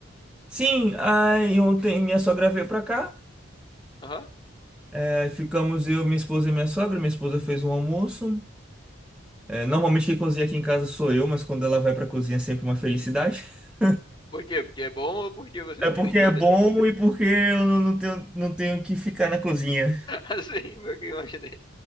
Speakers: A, in the centre; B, on the left (about 20°).
A: Sim, aí ontem minha sogra veio pra cá.
B: Aham.
A: É, ficamos eu, minha esposa e minha sogra. Minha esposa fez um almoço. É, normalmente quem cozinha aqui em casa sou eu, mas quando ela vai pra cozinha é sempre uma felicidade. <laughs>
B: Por quê? Porque é bom ou porque você não
A: É porque
B: tem que fazer?
A: é bom e porque eu não não tenho, não tenho que ficar na cozinha.
B: <laughs> Assim, foi o que eu imaginei.